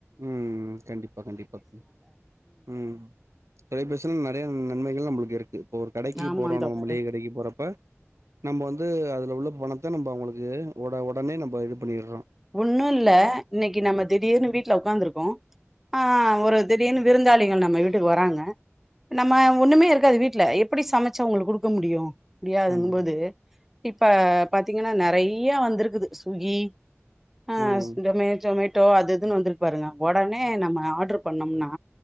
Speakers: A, on the right (about 70°); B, in the centre.
A: ம் ம் கண்டிப்பா கண்டிப்பா தோழி ம் தொலைபேசில நெறையா நன்மைகள் நம்மளுக்கு இருக்கு இப்ப ஒரு கடைக்கு
B: ஆமா
A: போறோ
B: தோழரே
A: நம்ம மளிகை கடைக்கி போறப்ப நம்ம வந்து அதுல உள்ள பணத்த நம்ம அவுங்களுக்கு ஒட ஒடனே நம்ம இது பண்ணிர்றோ
B: ஒன்னு இல்ல இன்னைக்கி நம்ம திடீர்னு வீட்ல உக்காந்துருக்கோ ஆ ஒரு திடீர்னு விருந்தாளிகள் நம்ம வீட்டுக்கு வராங்க நம்ம ஒண்ணுமே இருக்காது வீட்டுல எப்புடி சமச்சு அவுங்களுக்கு குடுக்க முடியு முடியாதுங்கும்
A: ம்
B: போது இப்ப பாத்தீங்கன்னா நெறையா வந்துருக்குது சுகி ஆ
A: ம்
B: ஜொமே ஜோமேட்டோ அது இதுன்னு வந்துருக்கு பாருங்க ஒடனே நம்ம ஆர்ட்ரு பண்ணம்னா